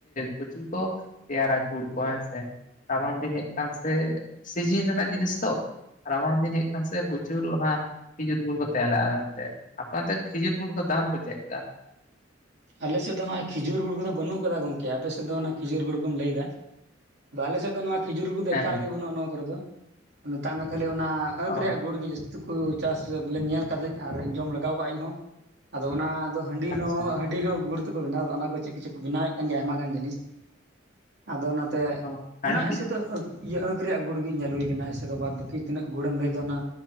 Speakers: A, on the left; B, on the right.
A: ᱯᱚᱧ <unintelligible> ᱛᱮᱭᱟᱨᱟ ᱜᱩᱲ ᱠᱚ ᱦᱮᱸ ᱥᱮ᱾ ᱨᱟᱵᱟᱝ ᱫᱤᱱ ᱦᱮᱡ ᱠᱟᱱ ᱥᱮ, ᱥᱤᱡᱤᱱ ᱨᱮᱱᱟᱜ ᱡᱤᱱᱤᱥ ᱛᱚ ᱾ ᱨᱟᱵᱟᱝ ᱫᱤᱱ ᱦᱮᱡ ᱠᱟᱱ ᱥᱮ ᱯᱩᱪᱩᱨ ᱚᱱᱟ ᱠᱷᱤᱡᱩᱨ ᱜᱩᱲ ᱠᱚ ᱛᱮᱭᱟᱞᱟ ᱚᱱᱛᱮ ᱟᱯᱮ ᱚᱱᱛᱮ ᱠᱷᱤᱡᱩᱨ ᱜᱩᱲ ᱠᱚ ᱫᱟᱢ ᱠᱚ ᱪᱮᱜ ᱞᱮᱠᱟ?
B: ᱟᱞᱮ ᱥᱮᱫ ᱫᱚ ᱱᱚᱜᱚᱭ ᱠᱷᱤᱡᱩᱨ ᱜᱩᱲ ᱠᱚᱫᱚ ᱵᱟᱹᱱᱩᱜ ᱠᱟᱫᱟ ᱜᱚᱝᱠᱮ ᱟᱯᱮᱥᱮᱫ ᱫᱚ ᱚᱱᱟ ᱠᱷᱤᱡᱩᱨ ᱜᱩᱲ ᱠᱚᱢ ᱞᱟᱹᱭᱫᱟ ᱾ ᱟᱫᱚ ᱟᱞᱮ ᱥᱮᱫ ᱫᱚ ᱱᱚᱣᱟ ᱠᱷᱤᱡᱩᱨ ᱠᱚᱫᱚ
A: ᱦᱮᱸ
B: ᱮᱠᱟᱞ
A: ᱦᱮᱸ
B: ᱜᱮ ᱵᱟᱹᱲᱩᱜᱼᱟ ᱱᱟᱣᱟ ᱠᱚᱨᱮ ᱫᱚ, ᱢᱮᱛᱟᱜ ᱢᱮ ᱠᱷᱟᱹᱞᱤ ᱚᱱᱟ ᱟᱸᱠᱷ
A: ᱚ
B: ᱨᱮᱭᱟᱜ ᱜᱩᱲ ᱜᱮ ᱡᱟᱹᱥ <unintelligible> ᱪᱟᱥ ᱵᱚᱞᱮ ᱧᱮᱞ ᱠᱟᱫᱟᱹᱧ ᱟᱨ ᱡᱚᱢ ᱞᱟᱜᱟᱣ ᱠᱟᱜᱼᱟᱹᱧ ᱤᱧᱦᱚᱸ ᱾ ᱟᱫᱚ ᱚᱱᱟ ᱫᱚ ᱦᱟᱺᱰᱤ
A: ᱟᱪᱪᱷᱟ
B: ᱦᱚᱸ ᱦᱟᱺᱰᱤ ᱦᱚᱸ ᱜᱩᱲ ᱛᱮᱠᱚ ᱵᱮᱱᱟᱣ ᱟ ᱚᱱᱟ ᱠᱚ ᱪᱮᱫ ᱠᱚᱪᱚ ᱠᱚ ᱵᱮᱱᱟᱣᱮᱫ ᱠᱟᱱ ᱜᱮᱭᱟ ᱟᱭᱢᱟ ᱜᱟᱱ ᱡᱤᱱᱤᱥ ᱾ ᱟᱫᱚ ᱚᱱᱟᱛᱮ
A: ᱚ ᱦᱟᱺᱰᱤ
B: ᱚᱱᱟ ᱮᱥᱮ ᱫᱚ ᱟᱸ ᱤᱭᱟᱹ ᱟᱸᱠ ᱨᱮᱭᱟᱜ ᱜᱩᱲ ᱜᱮ ᱧᱮᱞ ᱦᱩᱭ ᱟᱠᱟᱱᱟ ᱫᱚ ᱵᱟᱫ ᱵᱟᱹᱠᱤ ᱛᱤᱱᱟᱹᱜ ᱜᱩᱲᱮᱢ ᱞᱟᱹᱭᱫᱟ ᱚᱱᱟ